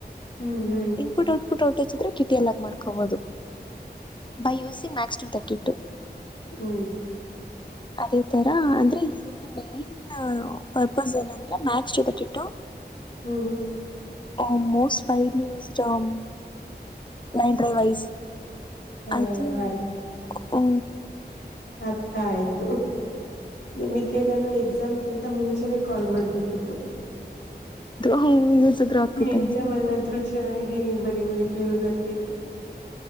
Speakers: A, on the left; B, on the left.
A: ಹ್ಮ್ ಹ್ಮ್
B: ಇನ್ಪುಟ್ ಔಟ್ಪುಟ್ ಔಟೇಜ್ ಇದ್ರೆ ಕಿಟಿ ಎಲ್ಲಾಗ ಮಾಡ್ಕೊಬಹುದು ಬೈ ಯಸ್ ಮ್ಯಾಕ್ಸ್ ತಟಿ ಟು -
A: ಹು
B: ಅದೇ ತರ ಅಂದ್ರೆ ಇದರ ಮೇನ್ ಪರ್ಪಸ್ ಏನಂದ್ರೆ ಮ್ಯಾಕ್ಸ್ ಜೊತೆಗೆ ಇಟ್ಟು
A: ಹು
B: ಓ ಮೋಸ ಪೈಲೂ ಜಮ್ ನೆಂಟ್ರೊಲಾಜಿ
A: ಹ
B: ಅದು
A: ಅರ್
B: ಹು
A: -ಅರ್ಥ ಆಯ್ತ ನಿಮಗೆ ನಾನು ಎಕ್ಸ ಎಕ್ಸಾಮ್ಕಿಂತ ಮುಂಚೆನೆ ಕಾಲ್ ಮಾಡ್ಬೇಕಿತ್ತು
B: ಹೌದು ಯೂಸ್ ಆದ್ರು ಆಗ್ತಿತು
A: ಎಕ್ಸಾಮ್
B: ಅಂತ
A: ಅಲ್ಲಾದ್ರೂ ಚೆನ್ನಾಗಿ ಬರಿಬಹುದಿತ್ತು ಯೂಸ್ ಆಗ್ತಿತ್ತು